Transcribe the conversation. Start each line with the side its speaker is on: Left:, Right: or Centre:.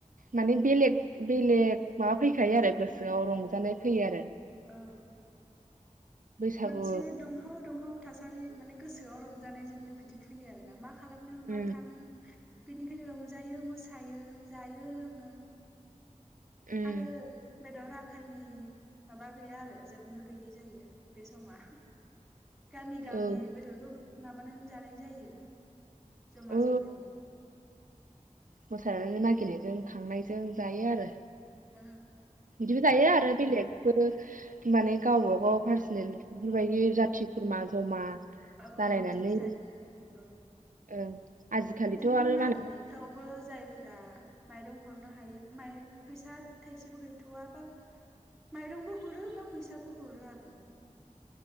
Right: माने बेलेग बेलेग माबा फैखायो आरो गोसोआव रंजानाय फैयो आरो।
Centre: औ
Right: बैसागु
Centre: मोनसे दुंहाव दुंहाव थासारि माने गोसोआव रंजानायजोंनो बिदि फैयो आरोना मा खालामनो
Right: उम
Centre: मा थानो। बेनिखायनो रंजायो मोसायो जायो लोङो।
Right: उम
Centre: आरो बेदर आखाइनि माबा गैया आरो जोबनो गैयि जायो बे समा। गामि गामि
Right: औ
Centre: बेदरफोर बानान जानाय जायो जमा
Right: औ
Centre: जमायै।
Right: मोसानानै नागिरनायजों खांनायजों जायो आरो।
Centre: ओं
Right: बिदिबो जायो आरो बेलेगबो बि माने गावबागाव पार्सनेल बेफोरबायदि जाथि खुरमा जमा
Centre: औ
Right: जालायनानै
Centre: बिदिबो जायो आरो औ
Right: ओं आजिखालिथ'
Centre: बिदिनो
Right: आरो
Centre: मागिनायफ्रावबो
Right: मा होनो
Centre: जायफ्रा माइरं हरनो हायो माय फैसा थाइसेबो गैथ'व बा माइरंबो हरो बा फैसाबो हरो आरो।